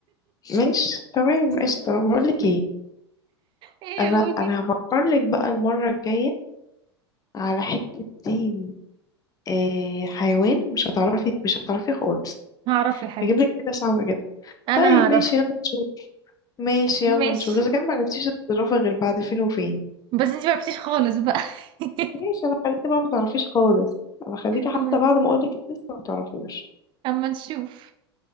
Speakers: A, on the left; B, on the right.
A: ماشي تمام قشطة بقولك ايه
B: ايه
A: انا
B: قولي
A: انا هفكرلك بقى المرة الجاية على حتة دين آه حيوان مش هتعرفي مش هتعرفي خالص
B: هعرف يا حبيبتي
A: هجيب لك حاجة صعبة جدا
B: انا
A: طيب
B: هعرف
A: ماشي يلا نشوف ماشي يلا
B: ماشي
A: نشوف اذا كان ما عرفتيش تتصرفي غير بعد فين وفين
B: بس انتي معرفتيش خالص بقى <laughs>
A: ماشي انا خليكي بقى ما تعرفيش خالص انا خليكي حتى
B: اما
A: بعد ما اقولك لسه ما تعرفوش
B: اما نشوف